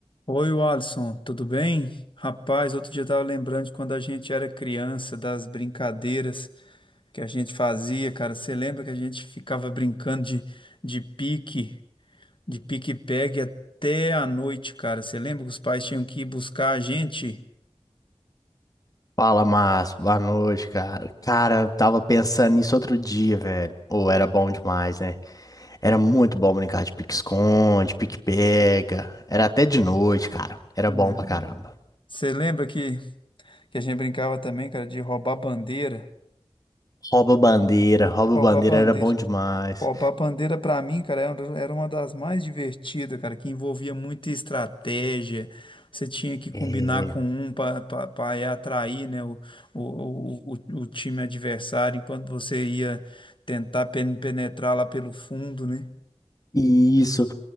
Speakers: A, on the left; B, on the left.
A: Oi, Alisson, tudo bem? Rapaz, outro dia eu tava lembrando de quando a gente era criança, das brincadeiras que a gente fazia, cara. Você lembra que a gente ficava brincando de, de pique, de pique-pegue até a noite, cara? Você lembra que os pais tinham que ir buscar a gente?
B: Fala, Márcio. Boa noite, cara. Cara, eu tava pensando nisso outro dia, velho. Ou era bom demais, né? Era muito bom brincar de pique-esconde, pique-pega. Era até de noite, cara. Era
A: Né?
B: bom pra caramba.
A: Você lembra que, que a gente brincava também, cara, de roubar bandeira?
B: Rouba bandeira, rouba
A: Roubar
B: bandeira
A: bandeira.
B: era bom demais.
A: Roubar a bandeira pra mim, cara, era era uma das mais divertidas, cara, que envolvia muita estratégia. Você tinha que combinar
B: É.
A: com um para atrair, né, o, o, o, o o time adversário, enquanto você ia tentar pen- penetrar lá pelo fundo, né?
B: Isso.